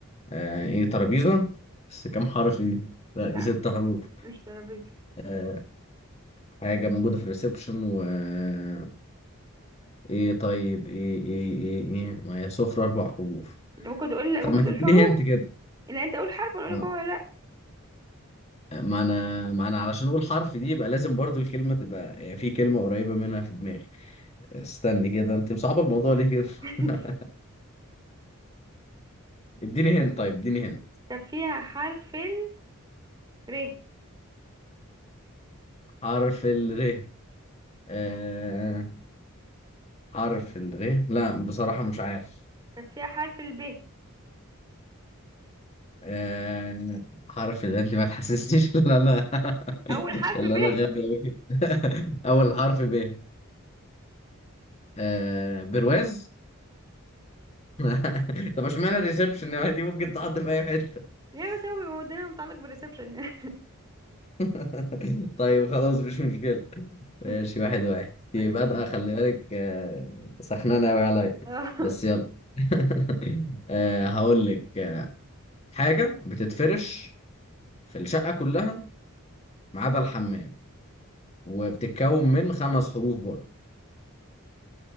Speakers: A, on the left; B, on the right.
A: آه، ايه ترابيزة بس كام حرف دي لا
B: لا
A: دي ست حروف
B: مش ترابيزة
A: آه، حاجة موجودة في الريسبشن و آه، ايه طيب ايه ايه ايه ايه ما هي سفرة اربع حروف
B: ممكن تقول
A: طب
B: ممكن
A: ما
B: تقول
A: تديني
B: حروف
A: هنت كده
B: لا انت قول حرف وانا اقول
A: آه،
B: لك هو ولا لا
A: ما انا ما انا علشان اقول حرف دي يبقى لازم برضو الكلمة تبقى يعني في كلمة قريبة منها في دماغي استني كده انت مصعب الموضوع ليه كده
B: <laughs>
A: <laughs> اديني هنا طيب اديني هنا
B: طب فيها حرف ال ر
A: حرف الر آه... حرف الر لا بصراحة مش عارف
B: طب فيها حرف ال ب
A: آه... حرف الر انت ما تحسسنيش <laughs> ان انا
B: اول حرف
A: ان
B: ب
A: انا
B: ايوه
A: غبي أوي كده. <laughs> اول حرف ب آه... برواز <laughs> طب اشمعنى الريسبشن دي ممكن تحط في اي حتة
B: هي بس هو بيبقى دايما متعلق بالريسبشن يعني
A: <laughs> طيب خلاص مش مشكلة ماشي
B: <laughs>
A: واحد واحد دي
B: ماشي
A: بادئة خلي بالك آه، سخنانة أوي عليا
B: اه
A: بس يلا <laughs> آه، هقول لك آه، حاجة بتتفرش في الشقة كلها ما عدا الحمام وبتتكون من خمس حروف برضه